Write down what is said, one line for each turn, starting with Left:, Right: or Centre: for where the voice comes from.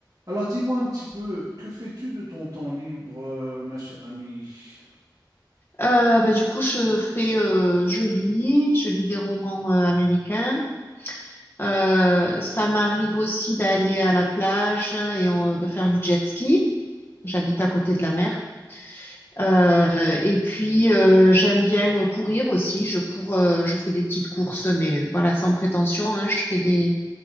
Right: Alors dis-moi un petit peu, que fais-tu de ton temps libre, euh, ma chère amie?
Left: Euh, bah, du coup, je fais, euh, je lis, je lis des romans euh, américains. Euh, ça m'arrive aussi d'aller à la plage et euh, de faire du jet ski. J'habite à côté de la mer. Euh, et puis, euh, j'aime bien euh, courir aussi. Je cours, euh, je fais des petites courses, mais voilà, sans prétention, hein. Je fais des,